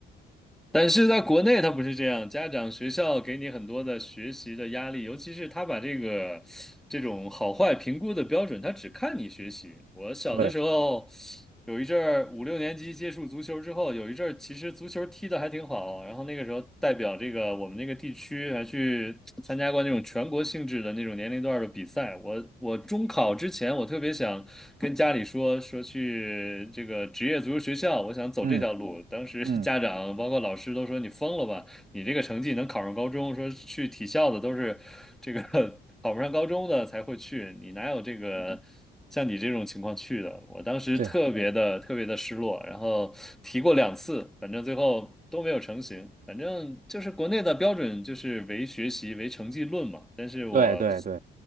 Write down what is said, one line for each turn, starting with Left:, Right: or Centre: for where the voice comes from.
Centre: 但是在国内，他不是这样，家长、学校给你很多的学习的压力，尤其是他把这个这种好坏评估的标准，他只看你学习。我小的时候
Right: 对，
Centre: 有一阵儿五六年级接触足球之后，有一阵儿其实足球踢得还挺好，然后。然后那个时候代表这个我们那个地区还去参加过那种全国性质的那种年龄段的比赛。我我中考之前，我特别想跟家里说说去这个职业足球学校，我想走这条路。
Right: 嗯
Centre: 当时
Right: 嗯，
Centre: <laughs> 家长包括老师都说你疯了吧，你这个成绩能考上高中，说去体校的都是这个 <laughs> 考不上高中的才会去，你哪有这个像你这种情况去的？我当时特别的特别的失落，
Right: 对
Centre: 然后提过两次，反正最后都没有成型。反正就是国内的标准就是唯学习唯成绩论嘛，但是我
Right: 对对对，